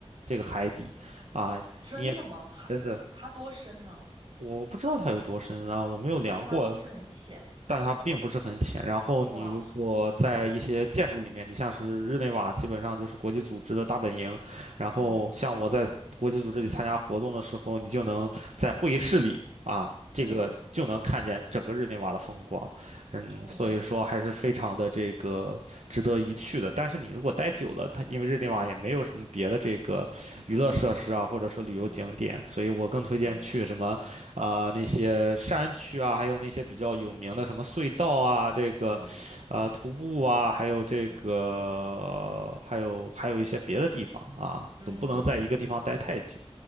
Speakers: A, on the right; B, on the right.
A: 这个海底，啊，
B: 真的吗？
A: 你也
B: 它它多深呢？
A: 真的我不知道它有多深啊，我没有量过，
B: 但是它不是很浅，
A: 但它并不是很浅。
B: 它
A: 然后你如果在一些建筑里面，
B: 哇，
A: 你像是日内瓦，基本上就是国际组织的大本营。然后像我在国际组织里参加活动的时候，
B: 嗯
A: 你就能在会议室里啊，
B: 嗯
A: 这个就能看见整个日内瓦的风光。嗯，
B: 哦，
A: 所以说还是非常的这个值得一去的。但是你如果待久了，
B: 嗯
A: 它因为日内瓦也没有什么别的这个娱乐设施啊，或者说旅游景点，
B: 嗯
A: 所以我更推荐去什么。
B: 嗯
A: 啊、那些山区啊，还有那些比较有名的什么隧道啊，这个，
B: 嗯
A: 呃，徒步啊，还有这个，
B: 嗯
A: 还有还有一些别的地方啊，
B: 嗯
A: 总不能在一个地方待太久，